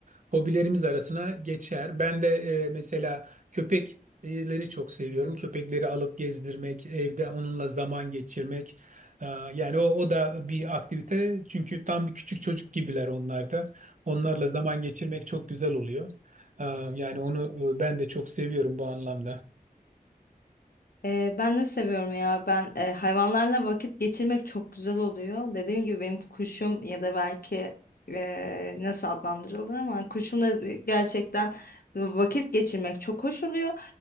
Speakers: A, on the right (about 55°); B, on the left (about 75°).
A: hobilerimiz arasına geçer. Ben de e, mesela köpekleri çok seviyorum. Köpekleri alıp gezdirmek, evde onunla zaman geçirmek. E, yani o, o da bir aktivite. Çünkü tam bir küçük çocuk gibiler onlar da. Onlarla zaman geçirmek çok güzel oluyor. E, yani onu e, ben de çok seviyorum bu anlamda.
B: Ee, ben de seviyorum ya. Ben e, hayvanlarla vakit geçirmek çok güzel oluyor. Dediğim gibi benim kuşum ya da belki e, nasıl adlandırılır ama kuşumla gerçekten vakit geçirmek çok hoş oluyor.